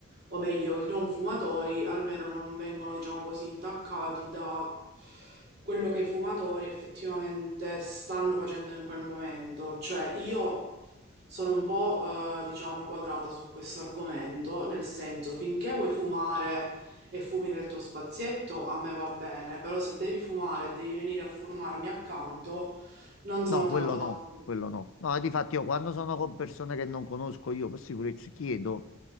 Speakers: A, on the right (about 50°); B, on the left (about 75°).
A: O meglio, i non fumatori almeno non vengono, diciamo così, intaccati da quello che i fumatori effettivamente stanno facendo in quel momento. Cioè io Sono un po', eh, diciamo, quadrata su questo argomento, nel senso, finché vuoi fumare e fumi nel tuo spazietto, a me va bene, però se devi fumare e devi venire a fumarmi accanto, non sono
B: No, quello
A: tanto
B: no,
A: d'accordo.
B: quello no. No, difatti io quando sono con persone che non conosco io per sicurezza chiedo,